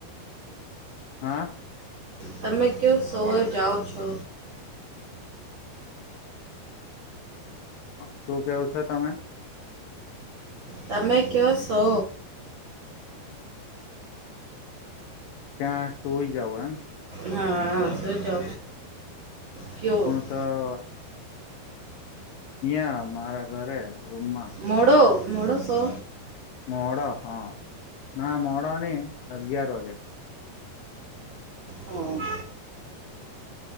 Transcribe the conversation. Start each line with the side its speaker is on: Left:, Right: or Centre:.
Left: હા?
Right: તમે કયો સોર જાઓ છો?
Left: શું કેવું છો તમે?
Right: તમે કો શો?
Left: ત્યાં સોઈ જાવ એમ?
Right: હા ચ છો ક <unintelligible>
Left: હા. અહં મારા ઘરે રૂમમાં.
Right: મોડો મોડોસો?
Left: મોડ હા ના મોડ નને અગિયાર વાગે.
Right: હમ.